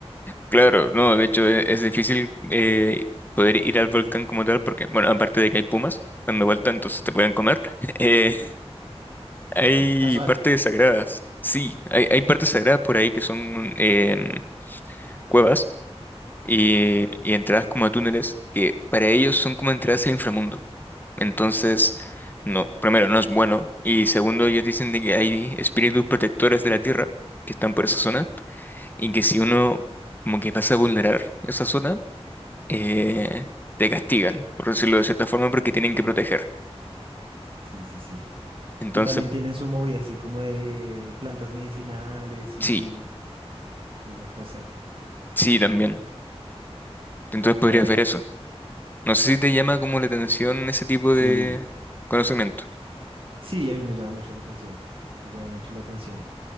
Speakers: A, on the left; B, on the right.
A: Claro, no, de hecho e- es, difícil eh, poder ir al volcán como tal porque, bueno, aparte de que hay pumas dando vuelta, entonces te pueden comer. <laughs> eh, hay
B: <laughs> Casual.
A: partes sagradas. Sí, hay, hay partes sagradas por ahí que son em, cuevas y, y entradas como a túneles que para ellos son como entradas al inframundo. Entonces, no, primero, no es bueno. Y segundo, ellos dicen de que hay espíritus protectores de la Tierra que están por esa zona y que si uno como que pasa a vulnerar esa zona, eh, te castigan, por decirlo de cierta forma, porque tienen
B: Sí,
A: que proteger.
B: sí, sí, sí.
A: Entonces,
B: Y también tienen su movida así como de plantas medicinales y,
A: sí,
B: y la cosa.
A: sí, también. Entonces
B: Claro.
A: podrías ver eso. No sé si te llama como la atención ese tipo
B: Sí,
A: de conocimiento.
B: sí, a mí me llama mucho la atención. Me llama mucho la atención.